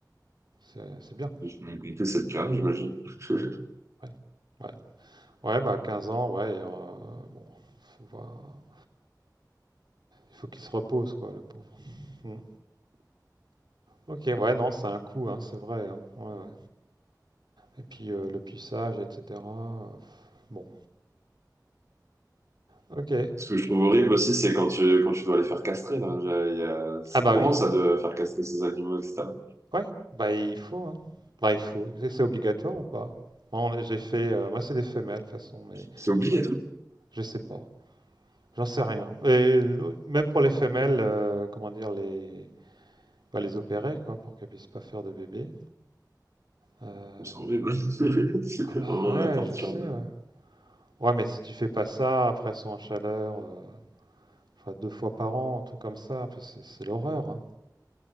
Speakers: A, on the right; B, on the right.
A: c'est- c'est bien.
B: J'ai compris, c'est le cas, j'imagine. <laughs>
A: Ouais. Ouais. Ouais, bah 15 ans, ouais, et, euh, bon, faut voir. Il faut qu'il se repose, quoi, le pauvre. Hmm. Ok, ouais, non, c'est un coût, hein, c'est vrai. hein. Ouais, ouais. Et puis euh, le puçage, etc. euh, Bon, ok.
B: Ce que je trouve horrible aussi, c'est quand tu, quand tu dois les faire castrer, là. J'ai- il y a- C'est
A: Ah bah
B: courant,
A: oui,
B: ça, de faire castrer ces animaux, etc.
A: ouais, bah il faut, hein. Bah il faut. C'est c'est obligatoire ou pas? Moi, on a- j'ai fait, euh, moi c'est des femelles de toute façon, mais
B: C'est obligatoire.
A: voilà. Je sais pas. J'en sais rien. Et euh, même pour les femelles, euh, comment dire, les, bah, les opérer, quoi, pour qu'elles puissent pas faire de bébé. Euh,
B: C'est horrible. <laughs> C'est
A: Ah
B: vraiment
A: bah ouais,
B: de la torture.
A: je sais,
B: de-
A: ouais. Ouais, mais si tu fais pas ça, après elles sont en chaleur, euh, je crois deux fois par an, un truc comme ça, puis c'est c'est l'horreur, hein.